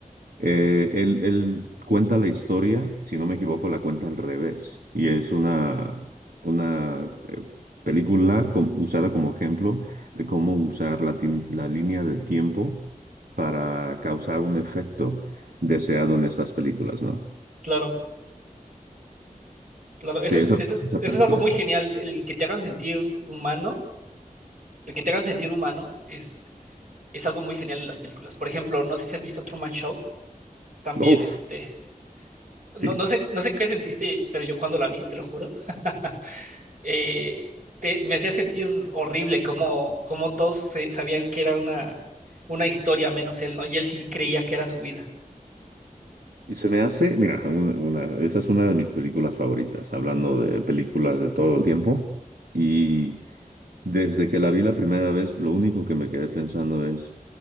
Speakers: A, on the right; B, on the right.
A: Eh, él, él cuenta la historia, si no me equivoco, la cuenta al revés. Y es una, una eh, película com- usada como ejemplo de cómo usar la, tin- la línea de tiempo para causar un efecto deseado en estas películas, ¿no?
B: Claro, claro. Eso
A: Sí,
B: es,
A: esa,
B: eso es,
A: esa
B: eso
A: película
B: es algo muy
A: está.
B: genial. El que te hagan sentir humano, el que te hagan sentir humano es, es algo muy genial en las películas. Por ejemplo, no sé si has visto Truman Show, también
A: Uf,
B: este, no,
A: sí.
B: no sé, no sé qué sentiste, pero yo cuando la vi, te lo juro, <laughs> eh, te- me hacía sentir horrible como, como todos se- sabían que era una, una historia menos él, ¿no? Y él sí creía que era su vida.
A: Y se me hace, mira, un- una, esa es una de mis películas favoritas, hablando de películas de todo el tiempo. Y. Desde que la vi la primera vez, lo único que me quedé pensando es